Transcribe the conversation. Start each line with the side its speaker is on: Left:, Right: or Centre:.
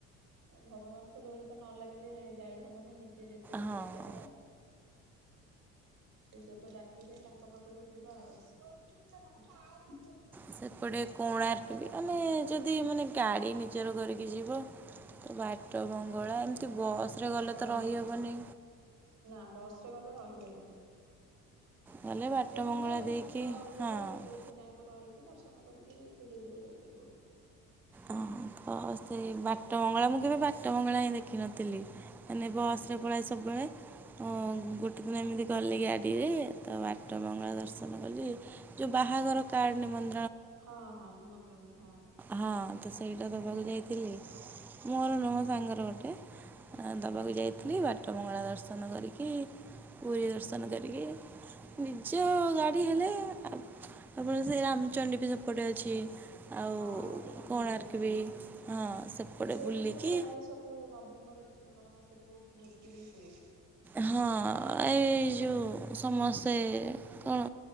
Right: ଭଗବାନଙ୍କ ଡୋରି ତ ନ ଲାଗିଲେ ଯାଇ ହବନି, ନିଜ ଯିଏ ଯେତେ ବି
Centre: ହଁ
Right: ଚେଷ୍ଟା କର। ସେ ଯେବେ ଡାକିବେ ତାଙ୍କ ପାଖକୁ ଯିବା ଆଉ।
Centre: ସେପଟେ କୋଣାର୍କ ବି ମାନେ ଯଦି ମାନେ ଗାଡ଼ି ନିଜର କରିକି ଯିବ ତ ବାଟ ବଙ୍ଗଳା ଏମିତି ବସ ରେ ଗଲେ
Right: ହଁ
Centre: ତ ରହିହବନି।
Right: ହଁ ନା ବସ ରେ ଗଲେ ରହିହବନି।
Centre: ଗଲେ
Right: ନିଜେ
Centre: ବାଟ
Right: ଗଲେ
Centre: ବଙ୍ଗଳା ଦେଇକି
Right: ନିଜ ଇଏରେ
Centre: ହଁ
Right: ଯୋଉଠି ଚାହିଁବ ରହି ଦର୍ଶନ କରିକି ଧୀରେ ଧୀରେ ଯାଇପାରିବ।
Centre: ଅ ତ ସେଇ ବାଟ ବଙ୍ଗଳା, ମୁଁ କେବେ ବାଟ ବଙ୍ଗଳା ହିଁ ଦେଖିନଥିଲି। ମାନେ ବସରେ ପଳାଏ ସବୁବେଳେ। ହଁ ଗୋଟେ ଦିନ ଏମିତି ଗଲି ଗାଡିରେ ତ ବାଟ ମଙ୍ଗଳା ଦର୍ଶନ କଲି ଯୋଉ ବା ବାହାଘର କାର୍ଡ ନିମନ୍
Right: ହଁ ହଁ ନିମନ୍ତ୍ରଣରେ ହଁ।
Centre: ହଁ ତ ସେଇଟା ଦବାକୁ ଯାଇଥିଲି, ମୋର ନୁହଁ ସାଙ୍ଗର ଗୋଟେ। ଦବାକୁ
Right: ଓହୋ।
Centre: ଯାଇଥିଲି ବାଟ ମଙ୍ଗଳା ଦର୍ଶନ କି ପୁରୀ ଦର୍ଶନ କରିକି ନିଜ ଗାଡ଼ି ହେଲେ ଆପଣଙ୍କ ସେଇ ରାମଚଣ୍ଡୀ ବି ସେପଟେ ଅଛି। ଆଉ
Right: ହଁ ସେଠିକି ବୁ
Centre: କୋଣାର୍କ
Right: ଯାଇପାରିବ,
Centre: ବି ହଁ ସେପଟେ
Right: ସେଇଠି
Centre: ବୁଲିକି
Right: ତ ପ୍ରାୟ ସବୁ ନଭେମ୍ବର ଡୀ ଡିସେମ୍ବର ମାସରେ ବହୁତ ଭୋଜି ବି ହୁଏ।
Centre: ହଁ, ଏଇ ଯୋଉ ସମସ୍ତେ କଣ?